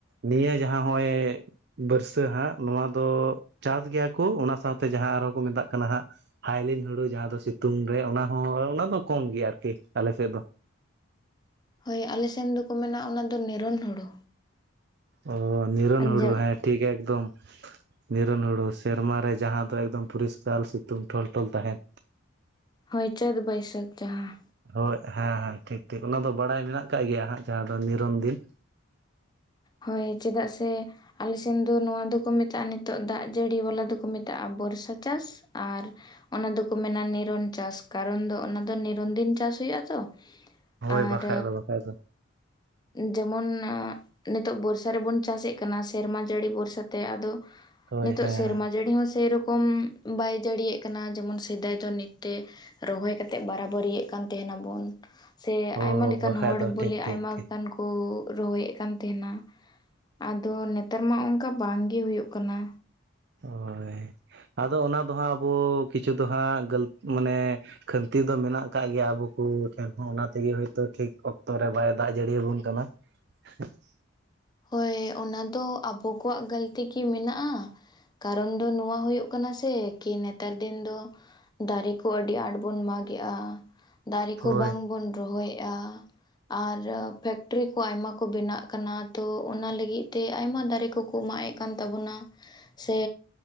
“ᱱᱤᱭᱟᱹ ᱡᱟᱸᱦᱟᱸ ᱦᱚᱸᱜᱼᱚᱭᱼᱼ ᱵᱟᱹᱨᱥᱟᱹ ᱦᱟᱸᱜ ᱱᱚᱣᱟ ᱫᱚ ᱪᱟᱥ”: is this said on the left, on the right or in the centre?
Right